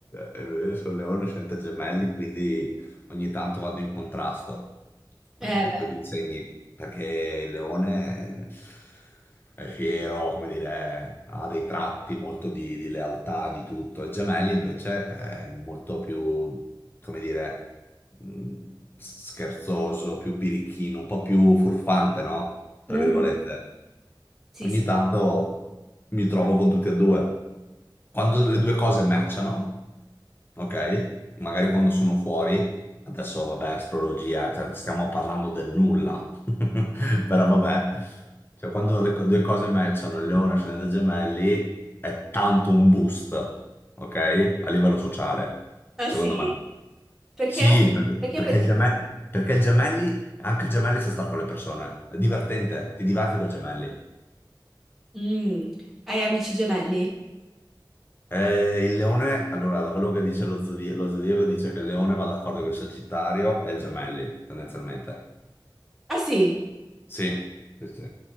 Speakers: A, on the left (about 25°); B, in the centre.
A: eh, Io sono leone, sento gemelli, quindi ogni tanto vado in contrasto eh,
B: Eh beh.
A: con i segni, perché il leone è fiero, come dire, ha dei tratti molto di, di lealtà, di tutto. Il gemelli invece eh, è molto più, come dire, mh, scherzoso, più birichino, un po' più furfante, no? Tra
B: Mhm.
A: virgolette.
B: Sì,
A: Ogni
B: sì.
A: tanto mi trovo con tutti e due. Quando le due cose matchano, ok? Magari quando sono fuori, adesso vabbè, astrologia, cioè, stiamo parlando del nulla, <laughs> però vabbè, cioè quando le co- due cose matchano, il leone ascende gemelli, è tanto un boost, ok? A livello sociale,
B: Ah
A: secondo
B: sì?
A: me.
B: Perché?
A: Sì, perché,
B: Perché
A: perché
B: pensi
A: il geme-
B: che...
A: perché il gemelli, anche il gemelli sa stare con le persone, è divertente, ti diverti con i gemelli.
B: Mm, hai amici gemelli?
A: Eh, il leone, allora, da quello che dice lo zodi- lo zodiaco, dice che il leone va d'accordo con il Sagittario e i gemelli, tendenzialmente.
B: Ah sì?
A: Sì, sì, sì.